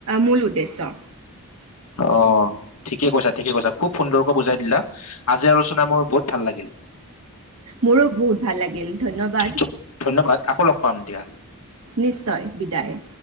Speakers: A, on the right (about 70°); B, on the left (about 80°).
A: মূল উদ্দেশ্য।
B: অ ঠিকে কৈছা, ঠিকে কৈছা, খুব সুন্দৰকৈ বুজাই দিলা। আজি আলোচনা কৰি মোৰ বহুত ভাল লাগিল।
A: মোৰোঁ বহুত ভাল লাগিল, ধন্যবাদ।
B: ধ- ধন্যবাদ আকৌ লগ পাম দিয়া।
A: নিশ্চয় বিদায়।